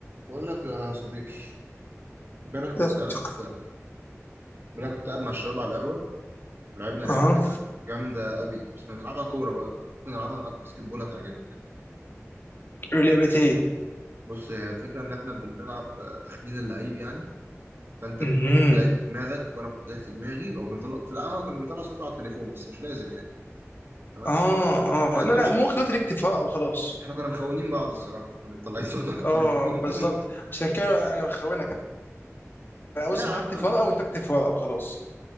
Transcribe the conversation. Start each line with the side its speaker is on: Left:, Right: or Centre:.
Right: بقول لك يا صديقي امبارح كنت
Left: اها
Right: قاعد امبارح كنت قاعد مع الشباب على القهوة ولعبنا لعبة
Left: اها
Right: كده جامدة قوي بس بنلعبها كورة بقى ممكن ألعبها معاك باسكت بول هتعجبك
Left: لعبتين
Right: بص هي الفكرة إن إحنا بنلعب آه، تخمين اللعيب يعني فأنت
Left: مهم.
Right: بتحط لعيب في دماغك وأنا بحط لعيب في دماغي أو بنطلع في القهوة كنا بنطلع صورته على التليفون بس مش لازم يعني تمام
Left: اه
Right: عشان
Left: اه لا
Right: إحنا
Left: لا
Right: مش
Left: ممكن دلوقتي نكتب فراغ او خلاص
Right: إحنا كنا مخونين بعض الصراحة كنا مطلعين <laughs> صورته على التليفون
Left: اه
Right: <laughs>
Left: بالظبط عشان كده انا بخونك انا
Right: ليه
Left: بص
Right: يا عم
Left: انا هكتب فراغ او انت اكتب فراغ او خلاص